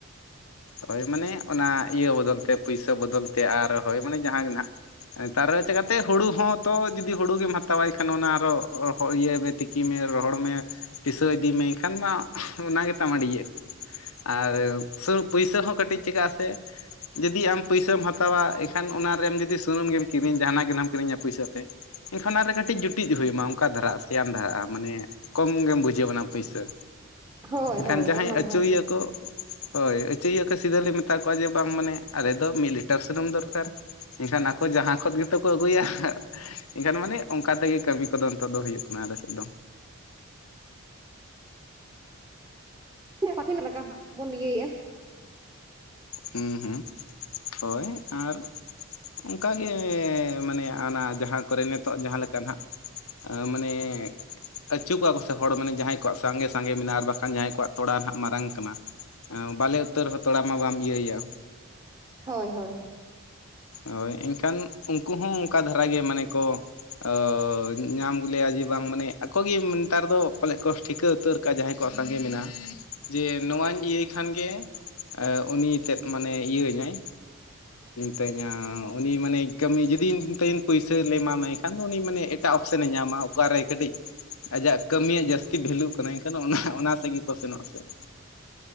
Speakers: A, on the left (about 80°); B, on the right (about 20°).
A: ᱦᱳᱭ ᱢᱟᱱᱮ ᱚᱱᱟ ᱤᱭᱟᱹ ᱵᱚᱫᱚᱞᱛᱮ, ᱯᱩᱭᱥᱟᱹ ᱵᱚᱫᱚᱞᱛᱮ ᱟᱨ ᱦᱳᱭ ᱢᱟᱱᱮ ᱡᱟᱦᱟᱸ ᱜᱮ ᱱᱟᱸᱜ᱾ ᱱᱮᱛᱟᱨ ᱪᱤᱠᱟᱛᱮ ᱦᱩᱲᱩ ᱦᱚᱸᱛᱚ, ᱡᱩᱫᱤ ᱦᱩᱲᱩ ᱜᱮᱢ ᱦᱟᱛᱟᱣᱟᱭ ᱠᱷᱟᱱ ᱚᱱᱟ ᱟᱨᱚ ᱤᱭᱟᱹᱭ ᱢᱮ ᱛᱤᱠᱼᱼ ᱛᱤᱠᱤ ᱢᱮ ᱨᱚᱦᱚᱲ ᱢᱮ ᱯᱤᱥᱟᱹ ᱤᱫᱤ ᱢᱮ ᱮᱱᱠᱷᱟᱱ ᱢᱟᱼᱼ ᱚᱱᱟ ᱜᱮ ᱛᱟ <unintelligible> ᱟᱨ <unintelligible> ᱯᱩᱭᱥᱟᱹ ᱦᱚᱸ ᱠᱟᱹᱴᱤᱡ ᱪᱤᱠᱟᱹᱜ ᱟ ᱥᱮ᱾ ᱡᱩᱫᱤ ᱟᱢ ᱯᱩᱭᱥᱟᱹᱢ ᱦᱟᱛᱟᱣᱟ ᱮᱱᱠᱷᱟᱱ ᱚᱱᱟᱨᱮᱢ ᱡᱩᱫᱤ ᱥᱩᱱᱩᱢ ᱜᱮᱢ ᱠᱤᱨᱤᱧᱟ ᱡᱟᱦᱟᱱᱟᱜ ᱜᱮ ᱱᱷᱟᱜ ᱮᱢ ᱠᱤᱨᱤᱧ ᱯᱩᱭᱥᱟᱹ ᱛᱮ᱾ ᱮᱱᱠᱷᱟᱱ ᱚᱱᱟᱨᱮ ᱠᱟᱹᱴᱤᱡ ᱡᱩᱴᱤᱡ ᱦᱩᱭ ᱟᱢᱟ ᱚᱱᱠᱟ ᱫᱷᱟᱨᱟᱜᱼᱟ ᱥᱮᱭᱢ ᱫᱷᱟᱨᱟᱜᱼᱟ ᱢᱟᱱᱮᱼᱼ ᱠᱚᱢ ᱜᱮᱢ ᱵᱩᱡᱷᱟᱹᱣᱟ ᱚᱱᱟ ᱯᱩᱭᱥᱟᱹ,
B: ᱦᱳᱭ
A: ᱮᱱᱠᱷᱟᱱ
B: ᱦᱳᱭ
A: ᱡᱟᱦᱟᱸᱭ
B: ᱚᱱᱟ ᱢᱟ
A: ᱟᱹᱪᱩ
B: ᱦᱳᱭ
A: ᱮᱭᱟ
B: ᱜᱮ
A: ᱠᱚᱼᱼ ᱦᱳᱭ ᱟᱹᱪᱤᱭᱟᱹ ᱠᱚ ᱥᱤᱫᱟᱹ ᱞᱮ ᱢᱮᱛᱟ ᱠᱚᱣᱟ ᱡᱮ ᱵᱟᱝ ᱢᱟᱱᱮ ᱟᱞᱮ ᱫᱚ ᱢᱤᱫ ᱞᱤᱴᱟᱨ ᱥᱩᱱᱩᱢ ᱫᱚᱨᱠᱟᱨ᱾ ᱮᱱᱠᱷᱟᱱ ᱟᱠᱚ ᱡᱟᱦᱟᱸ ᱠᱷᱚᱱ ᱜᱮᱛᱚ ᱠᱚ ᱟᱹᱜᱩᱭᱟ᱾ ᱮᱱᱠᱷᱟᱱ ᱢᱟᱱᱮ ᱚᱱᱠᱟ ᱛᱮᱜᱮ ᱠᱟᱹᱢᱤ ᱠᱚᱫᱚ ᱱᱤᱛᱚᱜ ᱫᱚ ᱦᱩᱭᱩᱜ ᱠᱟᱱᱟ ᱟᱞᱮ ᱥᱮᱫ
B: ᱵᱟᱠᱚ ᱧᱮᱞ ᱟᱠᱟᱱᱟ ᱟᱧᱡᱚᱢ <unintelligible> ᱯᱤ ᱱᱟᱦᱟᱜ ᱡᱤᱢ ᱞᱳᱳᱯ ᱛ
A: ᱦᱩᱸ ᱦᱩᱸ ᱦᱳᱭ ᱟᱨ ᱚᱝᱠᱟᱜᱮ ᱢᱟᱱᱮ ᱟᱱᱟ ᱡᱟᱦᱟᱸ ᱠᱚᱨᱮ ᱱᱤᱛᱚᱜ ᱡᱟᱦᱟᱸ ᱞᱮᱠᱟ ᱱᱷᱟᱸᱜ ᱟ ᱢᱟᱱᱮ ᱟᱹᱪᱩ ᱠᱚᱣᱟ ᱠᱚ ᱥᱮ ᱦᱚᱲ ᱢᱟᱱᱮ ᱡᱟᱦᱟᱸᱭ ᱠᱚᱣᱟᱜ ᱥᱟᱸᱜᱮ ᱥᱟᱸᱜᱮ ᱢᱮᱱᱟᱜᱼᱟ ᱵᱟᱠᱷᱟᱱ ᱡᱟᱦᱟᱸᱭ ᱠᱚᱣᱟᱜ ᱛᱳᱲᱟ ᱱᱷᱟᱸᱜ ᱢᱟᱨᱟᱝ ᱠᱟᱱᱟ ᱾ ᱮᱸ ᱵᱟᱞᱮ ᱩᱛᱟᱹᱨ ᱦᱚᱸ ᱛᱷᱚᱲᱟ ᱢᱟ ᱵᱟᱢ ᱤᱭᱟᱹᱭᱟ
B: ᱦᱚᱭ ᱦᱚᱭ᱾
A: ᱱᱚᱜᱼᱚᱭ ᱮᱝᱠᱷᱟᱱ ᱩᱱᱠᱩ ᱦᱚᱸ ᱚᱱᱠᱟ ᱫᱷᱟᱨᱟ ᱜᱮ ᱢᱟᱱᱮ ᱠᱚ ᱚᱻ ᱧᱟᱢ ᱜᱚᱞᱮᱭᱟ ᱡᱮ ᱵᱟᱝ ᱢᱟᱱᱮ ᱟᱠᱚ ᱜᱮ ᱱᱮᱛᱟᱨ ᱫᱚ ᱯᱟᱞᱮᱫ ᱠᱚ ᱴᱷᱤᱠᱟᱹ ᱩᱛᱟᱹᱨ ᱠᱟ ᱡᱟᱦᱟᱸᱭ ᱠᱚᱣᱟᱜ ᱥᱟᱸᱜᱮ ᱢᱮᱱᱟᱜ-ᱟ ᱡᱮ ᱱᱚᱣᱟᱧ ᱤᱭᱟᱹᱭ ᱠᱷᱟᱱ ᱜᱮ ᱮ ᱩᱱᱤ ᱛᱮᱫᱽ ᱢᱟᱱᱮ ᱤᱭᱟᱹᱧᱟᱹᱭ ᱛᱮᱦᱮᱧᱟ ᱩᱱᱤ ᱢᱟᱱᱮ ᱠᱟᱹᱢᱤ ᱡᱩᱫᱤᱱ ᱯᱩᱭᱥᱟᱹᱞᱮ ᱮᱢᱟᱢᱟᱭ ᱮᱱᱠᱷᱟᱱ ᱫᱚ ᱩᱱᱤ ᱢᱟᱱᱮ ᱮᱴᱟᱜ ᱚᱯᱥᱮᱱᱮ ᱧᱟᱢᱟ ᱾ ᱚᱠᱟᱨᱮ ᱠᱟᱹᱴᱤᱡ ᱟᱡᱟᱜ ᱠᱟᱹᱢᱤᱭᱟᱜ ᱡᱟᱹᱥᱛᱤ ᱵᱷᱮᱞᱩ ᱠᱟᱱᱟ ᱮᱱᱠᱷᱟᱱ ᱚᱱᱟ ᱚᱱᱟ ᱥᱮᱫ ᱜᱮᱠᱚ ᱥᱮᱱᱚᱜᱼᱟ ᱥᱮ ᱾